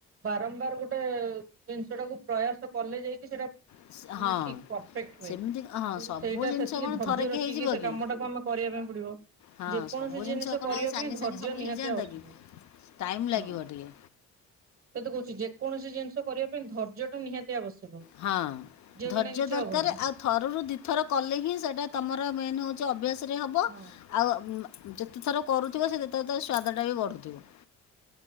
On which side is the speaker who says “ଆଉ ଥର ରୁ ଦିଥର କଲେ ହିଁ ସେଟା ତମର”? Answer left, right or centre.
Left